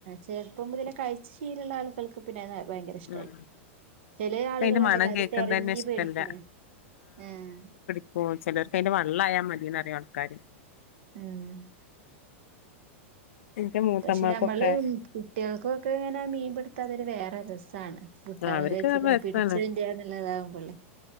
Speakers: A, on the right; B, on the left.
A: ചെറുപ്പം മുതലേ കഴിച്ചു ശീലമുള്ള ആളുകൾക്ക് പിന്നെത് ഭയങ്കര ഇഷ്ടമായിരിക്കും
B: ഉം
A: ചെല
B: ഇക്ക്
A: ആളുകൾുണ്ടല്ലോ
B: അയിന്റെ മണം കേൾക്കുന്നത്
A: അത് തെരഞ്ഞു
B: തന്നെ ഇഷ്ടല്ല
A: പേടിക്കണ ആഹ്
B: അപ്പ ചിലർക്ക് അതിന്റെ വള്ള ആയാ മതിന്ന്റിയ ആൾക്കാര്
A: ഉം
B: എന്റെ മൂത്തമ്മാക്കൊക്കെ
A: പക്ഷെ നമ്മള് കുട്ടികൾക്കൊക്കെ ഇങ്ങനെ മീൻപിടുത്താതൊരു വേറെ രസമാണ് കട്ടാനും
B: ആ അവർക്ക്
A: കഴിച്ചില്ല
B: നല്ല രസാണ്
A: പിടിച്ചതിന്റെയാന്നല്ല ഇതാകുമ്പൊള്ളേ